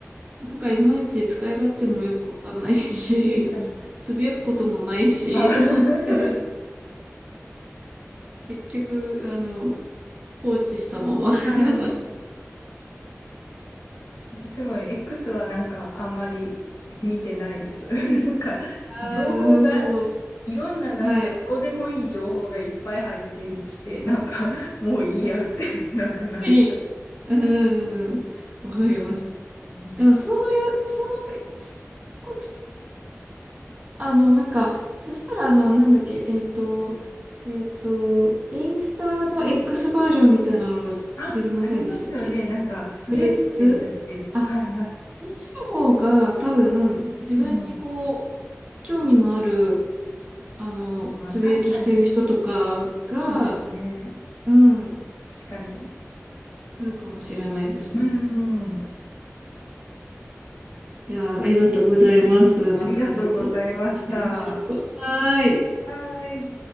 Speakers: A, on the right (about 25°); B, on the left (about 75°).
A: なんかいまいち使い勝手もよくわかんないし、<laughs>
B: はい。
A: つぶやくこともないし、
B: あ <laughs>
A: と思って、結局、あの、放置したまま。<laughs>
B: はい私も X はなんかあんまり見てないです。<laughs> なんか情報が
A: ああ、そう。
B: いろんななんかどうでもいい情報がいっぱい入ってきて、
A: はい。
B: なんかもういいやって
A: あ、確
B: <laughs> なくなった。
A: かに。うんうんうん。わかります。
B: うん
A: でも、そうや、そう、そういうこあの、なんか、そしたら、あの、なんだっけ、えっと、えっと、インスタの X バージョンみたいなのできませんでしたっけ
B: あ、ありますよね。なんかスレッズでしたっけはいはい。
A: スレッズあ、そっちの方が多分、自分にこう、
B: うん。
A: 興味のある、あの、
B: あ、
A: つぶやきしてる人とかが、
B: 確かに。そうですね。
A: うん、
B: 確かに。
A: 来るかもしれないですね。
B: うん。
A: いやー、ありがとうございます。またちょっとお話ししましょう。
B: ありがとうございました。
A: はーい。
B: はい。